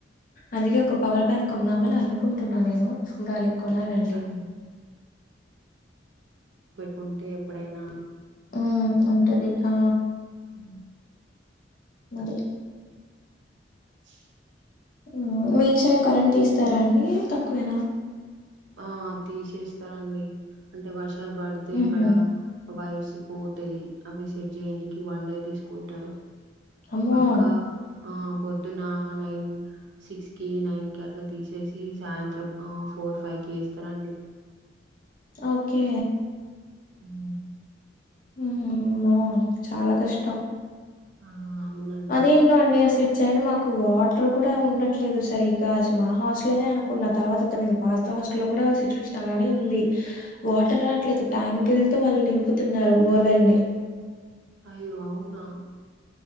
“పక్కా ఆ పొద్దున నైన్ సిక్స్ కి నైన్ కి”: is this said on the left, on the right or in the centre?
Right